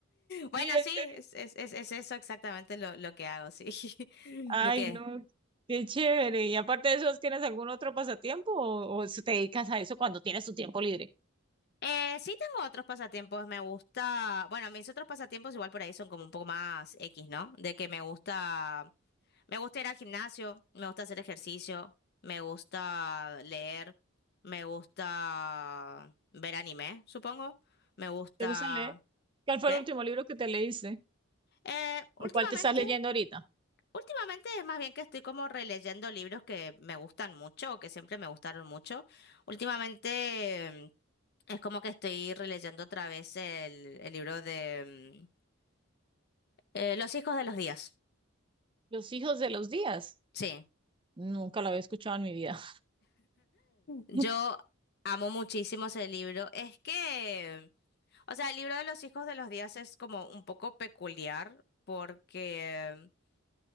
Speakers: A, on the left; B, on the right.
A: Bueno,
B: Sí, en
A: sí,
B: serio.
A: es, es, es, es eso exactamente lo, lo que hago, sí. <laughs>
B: Ay,
A: ¿De qué?
B: no, qué chévere. Y aparte de eso, ¿tienes algún otro pasatiempo o, o se te dedicas a eso cuando tienes tu tiempo libre?
A: Eh, sí tengo otros pasatiempos, me gusta, bueno, mis otros pasatiempos igual por ahí son como un poco más X, ¿no? De que me gusta, me gusta ir al gimnasio, me gusta hacer ejercicio, me gusta leer, me gusta ver anime, supongo, me gusta...
B: ¿Te gusta leer? ¿Cuál fue
A: ¿Qué?
B: el último libro que te leíste?
A: Eh, últimamente
B: ¿O cuál te estás leyendo ahorita?
A: Últimamente es más bien que estoy como releyendo libros que me gustan mucho o que siempre me gustaron mucho. Últimamente mm, es como que estoy releyendo otra vez el, el libro de mm, eh, Los hijos de los días.
B: Los hijos de los días.
A: Sí,
B: Nunca la había escuchado en mi vida.
A: yo
B: <laughs>
A: amo muchísimo ese libro. Es que, o sea, el libro de Los hijos de los días es como un poco peculiar porque mm,